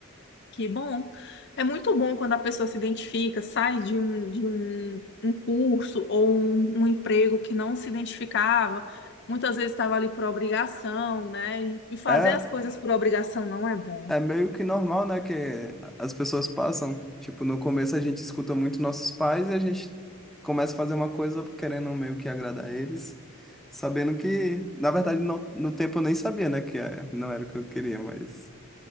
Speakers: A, on the left; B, in the centre.
A: que bom. É muito bom quando a pessoa se identifica, sai de um, de um, um curso ou um, um emprego que não se identificava, muitas vezes estava ali por obrigação, né? E, e fazer
B: É,
A: as coisas por obrigação não é bom.
B: é meio que normal, né? Que as pessoas passam. Tipo, no começo a gente escuta muito nossos pais e a gente começa a fazer uma coisa querendo meio que agradar eles, sabendo que, na verdade, no, no tempo eu nem sabia, né? Que é- não era o que eu queria, mas,